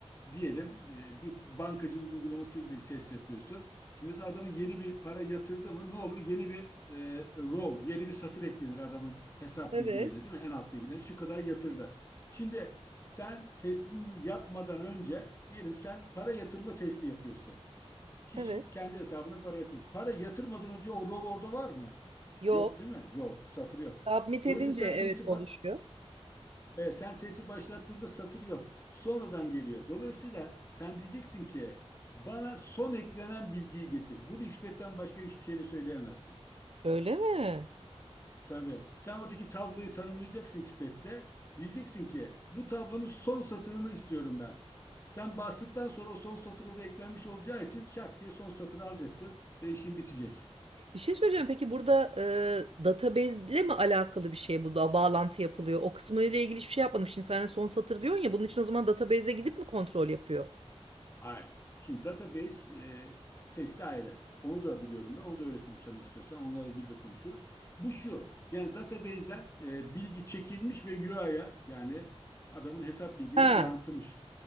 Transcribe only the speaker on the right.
Evet.
Evet.
Yok.
Submit edince
evet
oluşuyor.
Öyle mi?
Bir şey söyleyeceğim. Peki burada e, database ile mi alakalı bir şey bu da bağlantı yapılıyor? O kısmıyla ilgili hiçbir şey yapmamış. Şimdi sen son satır diyorsun ya bunun için o zaman database'e gidip mi kontrol yapıyor?
Ha.